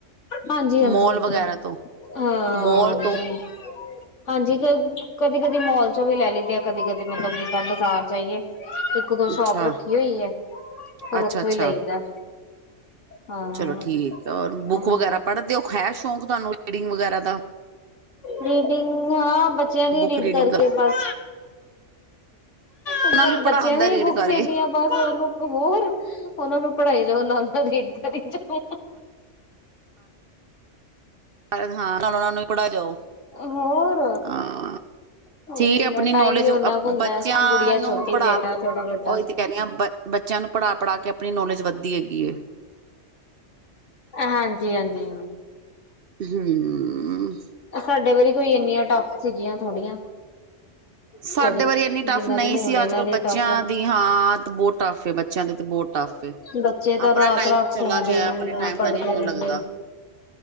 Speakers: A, on the left; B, on the right.
A: ਹਾਂਜੀ ਹਾਂਜੀ
B: ਮੋਲ
A: ਇੱਧਰ
B: ਵਗੈਰਾ ਤੋਂ
A: ਹਾਂ
B: ਮੋਲ ਤੋਂ
A: ਧਰ। ਹਾਂਜੀ ਕ ਕਦੀ ਕਦੀ ਮੋਲ ਚੋਂ ਵੀ ਲੈ ਲੈਂਦੇ ਆ ਕਦੀ ਕਦੀ ਮਤਲਬ ਜਿੱਦਾਂ ਬਾਜ਼ਾਰ ਜਾਈਏ। ਇੱਕ ਦੋ
B: ਅੱਛਾ
A: ਸ਼ੋਪ ਰੱਖੀ ਹੋਈ ਹੈ ਫੇਰ
B: ਅੱਛਾ
A: ਓਥੋਂ
B: ਅੱਛਾ
A: ਹੀ ਲਈਦਾ। ਹਾਂ
B: ਚਲੋ ਠੀਕ ਹੈ ਬੁੱਕ
A: ਹਾਂ
B: ਵਗੈਰਾ ਪੜ੍ਹਨ ਦੇਓ ਹੈ ਸ਼ੌਕ ਤੁਹਾਨੂੰ ਰੀਡਿੰਗ ਵਗੈਰਾ ਦਾ।
A: ਰੀਡਿੰਗ ਹਾਂ ਬੱਚਿਆਂ ਦੀ
B: ਬੁੱਕ
A: ਰੀਡ
B: ਰੀਡਿੰਗ
A: ਕਰਕੇ
B: ਕਰ
A: ਬਸ।
B: ਉਹਨਾਂ
A: ਅੱਜ ਕੱਲ
B: ਨੂੰ ਪੜ੍ਹਾਉਣ
A: ਬੱਚਿਆਂ
B: ਦਾ
A: ਦੀ
B: ਰੀਡ
A: ਬੁੱਕਸ
B: ਕਰਕੇ
A: ਇੰਨੀਆਂ ਬਸ ਉਹ ਨੂੰ ਹੋਰ ਉਹਨਾਂ ਨੂੰ ਪੜ੍ਹਾਈ ਦਨਾ ਉਹਨਾਂ ਦੀ ਕਰੀ ਜਾ।
B: ਹਾਂ ਨਾਲੋਂ ਉਹਨਾਂ ਨੂੰ ਹੀ ਪੜ੍ਹਾ ਜਾਓ।
A: ਹੋਰ?
B: ਹਾਂ
A: ਉਹੀ
B: ਠੀਕ ਹੈ ਆਪਣੀ
A: ਨਾ ਟਾਈਮ
B: ਨੌਲੇਜ
A: ਵੀ ਓਨਾ ਕੁ ਹੁੰਦਾ
B: ਬੱਚਿਆਂ
A: ਬੁੜੀਆ
B: ਨੂੰ
A: ਛੋਟੀ
B: ਪੜ੍ਹਾ
A: ਬੇਟਾ ਥੋੜਾ ਵੱਡਾ।
B: ਉਹੀ ਤੇ ਕਹਿਣੀ ਆ ਬ ਬੱਚਿਆਂ ਨੂੰ ਪੜ੍ਹਾ ਪੜ੍ਹਾ ਕੇ ਆਪਣੀ ਨੌਲੇਜ ਵੱਧਦੀ ਹੈਗੀ।
A: ਹਾਂਜੀ ਹਾਂਜੀ
B: ਹਮ
A: ਸਾਡੇ ਵਾਰੀ ਕੋਈ ਇੰਨੀਆਂ ਟੱਫ ਸੀਗੀਆਂ ਥੋੜੜੀਆਂ।
B: ਸਾਡੇ
A: ਸਟਡੀ
B: ਵਾਰੀ ਇੰਨੀ ਟੱਫ
A: ਜਿੰਨਾਂ
B: ਨਹੀਂ
A: ਦੇ ਹੋਣ
B: ਸੀ
A: ਇਹਨਾਂ
B: ਅੱਜ ਕੱਲ੍ਹ
A: ਦੇ
B: ਬੱਚਿਆਂ
A: ਟਫ ਹਾ।
B: ਦੀ ਹਾਂ ਬਹੁਤ ਟੱਫ ਹੈ, ਬੱਚਿਆਂ ਦੇ ਤੇ ਬਹੁਤ ਟੱਫ ਹੈ।
A: ਬੱਚੇ ਤਾਂ
B: ਆਪਣਾ
A: ਰਾਤ
B: ਟਾਈਮ
A: ਰਾਤ
B: ਚਲਾ
A: ਸੁਣਦੇ
B: ਗਿਆ
A: ਹੀ
B: ਆਪਣੇ
A: ਨੀ
B: ਟਾਈਮ
A: ਆ। ਪੜਦੇ
B: ਦਾ ਨੀ ਇਨਾ
A: ਰਹਿੰਦੇ
B: ਲੱਗਦਾ